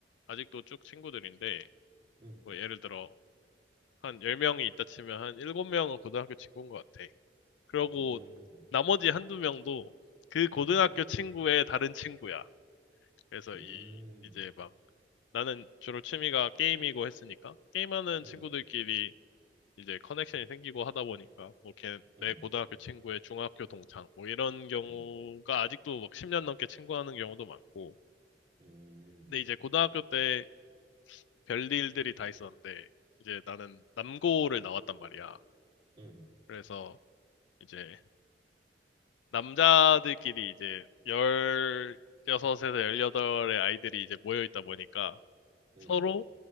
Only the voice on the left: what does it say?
아직도 쭉 친구들인데,
뭐 예를 들어 한 10명이 있다 치면 한 7명은 고등학교 친구인 것 같아. 그러고
나머지 한두 명도 그 고등학교
친구의 다른 친구야. 그래서
이 이제 막 나는 주로 취미가 게임이고 했으니까 게임하는
친구들끼리 이제 커넥션이 생기고 하다 보니까 뭐 걔
내 고등학교 친구의 중학교 동창 뭐 이런 경우가
아직도 막 10년 넘게 친구하는 경우도 많고
근데 이제 고등학교 때 별일들이 다 있었는데 이제 나는 남고를 나왔단 말이야.
그래서 이제 남자들끼리 이제 16에서 18의 아이들이 이제 모여 있다 보니까
서로